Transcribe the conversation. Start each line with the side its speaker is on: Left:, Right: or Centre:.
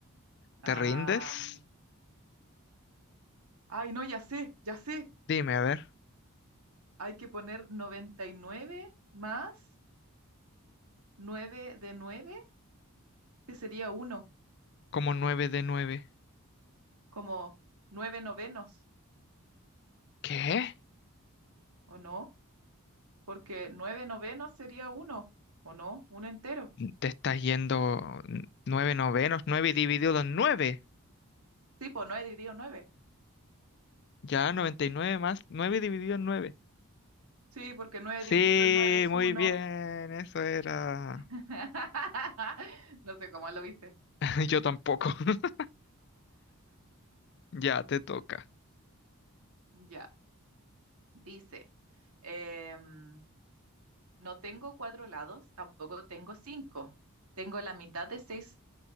Left: ¿Te
Right: Ah,
Left: rindes?
Right: ay, no, ya sé, ya sé.
Left: Dime, a ver,
Right: Hay que poner 99 más nueve de nueve, que sería uno,
Left: como nueve de 9.
Right: como nueve novenos,
Left: ¿Qué?
Right: ¿o no? Porque nueve novenos sería uno, ¿o no? Un entero.
Left: Te estás yendo 9 novenos, 9 dividido en 9.
Right: Sí, pues nueve dividido en nueve.
Left: Ya, 99 más 9 dividido en 9.
Right: Sí, porque nueve
Left: Sí,
Right: dividido en nueve es
Left: muy
Right: uno.
Left: bien, eso era.
Right: <laughs> No sé cómo lo hice.
Left: <laughs> Yo tampoco. <laughs> Ya te toca.
Right: Ya, dice, em, no tengo cuatro lados, tampoco tengo cinco. Tengo la mitad de seis